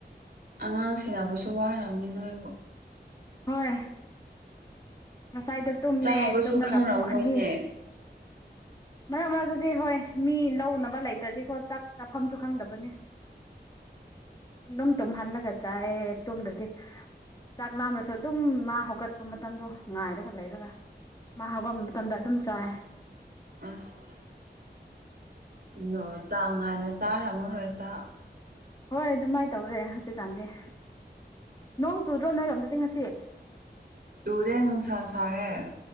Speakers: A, on the right (about 60°); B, on the left (about 20°).
A: ꯑꯉꯥꯡ ꯁꯦꯟꯅꯕꯁꯨ ꯋꯥꯔꯝꯅꯤ ꯅꯣꯏꯕꯨ
B: ꯍꯣꯏ ꯉꯁꯥꯏꯗꯣ ꯇꯨꯝꯃꯦ
A: ꯆꯥꯕꯁꯨ
B: ꯇꯨꯝꯔꯒ
A: ꯈꯪꯔꯝꯃꯣꯏꯅꯦ
B: ꯄꯨꯡ ꯑꯅꯤ ꯃꯔꯛ ꯃꯔꯛꯇꯗꯤ ꯍꯣꯏ ꯃꯤ ꯂꯧꯅꯕ ꯂꯩꯇ꯭ꯔꯗꯤꯀꯣ ꯆꯥꯛ ꯆꯥꯐꯝꯁꯨ ꯈꯪꯗꯕꯅꯦ ꯑꯗꯨꯝ ꯇꯨꯝꯍꯜꯂꯒ ꯆꯥꯏꯌꯦ ꯇꯨꯝꯗ꯭ꯔꯗꯤ ꯆꯥꯛ ꯂꯥꯝꯂꯁꯨ ꯑꯗꯨꯝ ꯃꯥ ꯍꯧꯒꯠꯄ ꯃꯇꯝꯗꯣ ꯉꯥꯏꯔꯒ ꯂꯩꯔꯒ ꯃꯥ ꯍꯧꯒꯠ ꯃꯇꯝꯗ ꯑꯗꯨꯝ ꯆꯥꯏ
A: ꯑꯁ ꯅꯣꯔ ꯆꯥꯡ ꯅꯥꯏꯅ ꯆꯥꯔꯝꯃꯔꯣꯏ ꯆꯥꯛ
B: ꯍꯣꯏ ꯑꯗꯨꯃꯥꯏ ꯇꯧꯔꯦ ꯍꯧꯖꯤꯛꯀꯥꯟꯗꯤ ꯅꯣꯡ ꯆꯨꯗ꯭ꯔꯣ ꯅꯣꯏꯔꯣꯝꯗꯗꯤ ꯉꯁꯤ
A: ꯆꯨꯨꯗꯦ ꯅꯨꯡꯁꯥ ꯁꯥꯏꯌꯦ